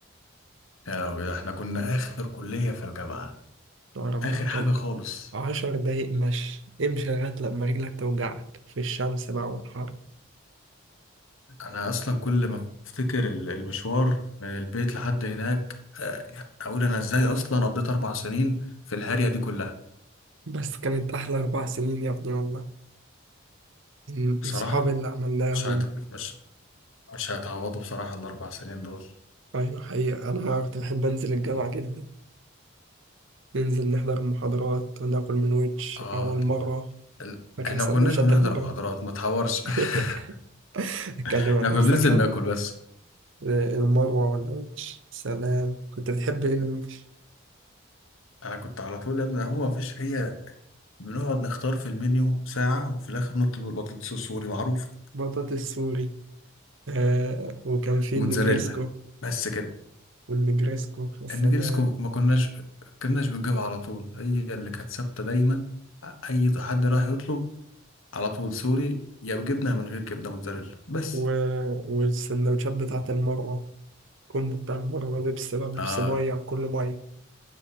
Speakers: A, on the left; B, on the right.
A: <laughs> يا لهوي ده احنا كنا اخر كليه في الجامعه
B: يا ربنا
A: اخر
B: كان
A: حاجه خالص
B: عشر دقايق مشي امشي لغاية لما رجلك توجعك في الشمس بقى والحر
A: انا اصلا كل ما افتكر ال- المشوار من البيت لحد هناك آه، اقول انا ازاي اصلا قضيت اربع سنين في الهارية دي كلها
B: بس كانت احلى اربع سنين يا ابني والله ال-
A: بصراحة
B: صحابي اللي عملناهم
A: مش هت... مش مش هيتعوضوا بصراحة الاربع سنين دول
B: ايوه حقيقة انا كنت بحب انزل الجامعة جدا ننزل نحضر المحاضرات وناكل من ويتش
A: اه
B: اول مرة
A: ال-
B: فاكر
A: احنا
B: سندوتشات
A: ما كناش بنحضر
B: المرة
A: محاضرات ما تحورش
B: <laughs>
A: <laughs>
B: اتكلم
A: احنا
B: عن
A: كنا
B: نفسك
A: بننزل ناكل بس
B: المروة والقرش سلام كنت بتحب ايه القرش
A: انا كنت على طول يا ابني هو ما فيش هي بنقعد نختار في المنيو ساعة وفي الآخر نطلب البطاطس السوري معروف
B: بطاطس سوري آه وكان في
A: موتزاريلا
B: النجريسكو
A: بس كده
B: والنجريسكو يا سلام
A: النجريسكو كو ما كناش كناش بنجيبها على طول هي اللي كانت ثابتة دايما أي حد راح يطلب على طول سوري يا بجبنة من غير جبنة موتزاريلا بس
B: و... والسندوتشات بتاعة المروة كومبو بتاع المروة بيبسي بقى بيبسي
A: اه
B: مية على كل مية